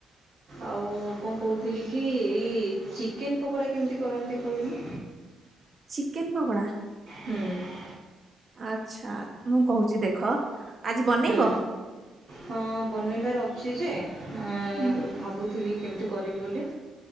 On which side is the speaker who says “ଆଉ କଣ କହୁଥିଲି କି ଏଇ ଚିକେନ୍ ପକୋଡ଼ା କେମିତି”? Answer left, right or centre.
Right